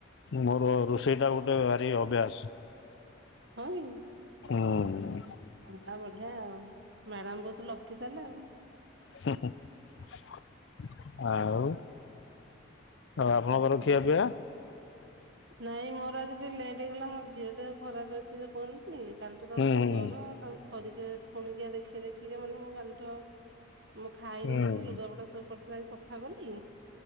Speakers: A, on the left; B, on the right.
A: ମୋର ରୋଷେଇ ଟା ଗୋଟେ ଭାରି ଅଭ୍ୟାସ।
B: ହଁ।
A: ହୁଁ।
B: ଅଁ ବଢିଆ ଆଉ। ମ୍ୟାଡ଼ାମ୍ ବହୁତ ଲକି ତହାଲେ ଆଉ।
A: ହୁଁ ହୁଁ, ଆଉ।
B: ଆଉ
A: ଆପଣଙ୍କର
B: କଣ କୁହନ୍ତୁ?
A: ଖିଆ ପିଆ
B: ନାଇଁ ମୋର ଆଜି ଯେ ଲେଟ୍ ହେଇଗଲା। ମୋ ଝିଅ ଦେହ ଖରାପ ଅଛି, ଯଉ କହୁନ ଲି। କାଲିଠୁ ତାକୁ
A: ହୁଁ
B: ପୁରା
A: ହୁଁ
B: ଜର, ତାକୁ ଖରିକା ଖୁଣିକିଆ ଦେଖେଇ ଦେଖଇକି, ମାନେ ମୁଁ କାଲିଠୁ ଆଉ ମୁଁ ଖାଇନଥିଲି,
A: ହୁଁ
B: ଲୁଗାପଟା ସବୁ ପଡିଥିଲା ଆଜି ସଫା କଲି।